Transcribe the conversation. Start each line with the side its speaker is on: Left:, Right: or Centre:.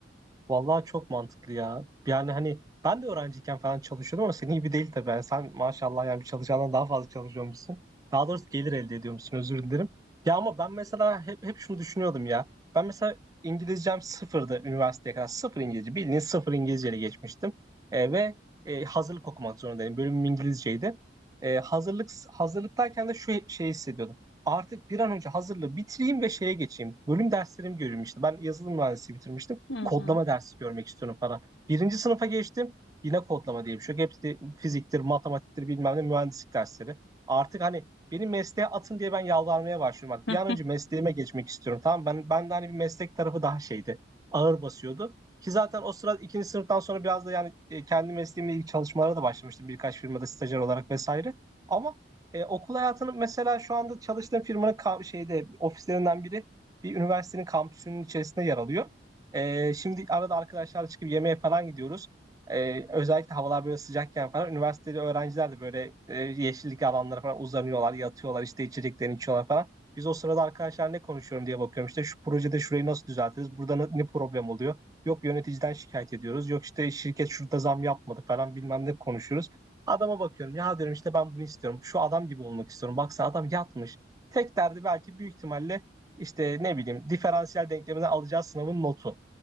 Right: Vallahi çok mantıklı ya. Yani hani ben de öğrenciyken falan çalışıyordum ama senin gibi değil tabii. Yani sen maşallah yani bir çalışandan daha fazla çalışıyormuşsun. Daha doğrusu gelir elde ediyormuşsun özür dilerim. Ya ama ben mesela hep, hep şunu düşünüyordum ya. Ben mesela İngilizcem sıfırdı üniversiteye kadar. Sıfır İngilizce. Bildiğin sıfır İngilizceyle geçmiştim. E, ve e, hazırlık okumak zorundaydım. Bölümüm İngilizceydi. E, hazırlık hazırlıktayken de şu şeyi hissediyordum. Artık bir an önce hazırlığı bitireyim ve şeye geçeyim. Bölüm derslerimi görüyorum işte. Ben yazılım mühendisliği bitirmiştim
Left: Hı hı.
Right: kodlama dersi görmek istiyorum falan. Birinci sınıfa geçtim. Yine kodlama diye bir şey yok. Hepsi fiziktir, matematiktir, bilmem ne mühendislik dersleri. Artık hani beni mesleğe atın diye ben yalvarmaya başlıyorum. Bak
Left: <laughs>
Right: bir an önce mesleğime geçmek istiyorum. Tamam ben ben de hani bir meslek tarafı daha şeydi. Ağır basıyordu. Ki zaten o sırada ikinci sınıftan sonra biraz da yani e, kendi mesleğimle ilgili çalışmalara da başlamıştım. Birkaç firmada stajyer olarak vesaire. Ama e, okul hayatının mesela şu anda çalıştığım firmanın ka- şeyde ofislerinden biri bir üniversitenin kampüsünün içerisinde yer alıyor. Ee, şimdi arada arkadaşlarla çıkıp yemeğe falan gidiyoruz. Ee, özellikle havalar böyle sıcakken falan üniversitede öğrenciler de böyle e, yeşillik alanlara falan uzanıyorlar, yatıyorlar işte içeceklerini içiyorlar falan. Biz o sırada arkadaşlar ne konuşuyorum diye bakıyorum işte şu projede şurayı nasıl düzeltiriz, burada ne, ne problem oluyor. Yok yöneticiden şikayet ediyoruz, yok işte şirket şurada zam yapmadı falan bilmem ne konuşuyoruz. Adama bakıyorum ya diyorum işte ben bunu istiyorum, şu adam gibi olmak istiyorum. Baksana adam yatmış. Tek derdi belki büyük ihtimalle işte ne bileyim diferansiyel denklemden alacağı sınavın notu.